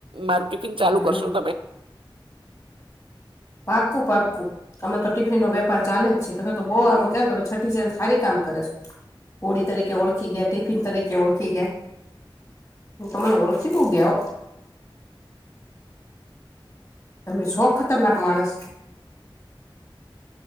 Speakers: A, on the right; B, on the left.
A: મારું ટિફિન ચાલુ
B: હમ
A: કરશો તમે?
B: પાક્કું, પાક્કું. અમે તો ટિફિનનો વેપાર ચાલે જ છે, તમે તો બહુ આમે કે તમે છઠ્ઠી સા સારી કામ કરે. હોળી તરીકે ઓળખી ગયા, ટિફિન તરીકે ઓળખી ગયા. હ, તમે મને ઓળખી બઉ ગયા હો. તમે સો ખતરનાક માણસ.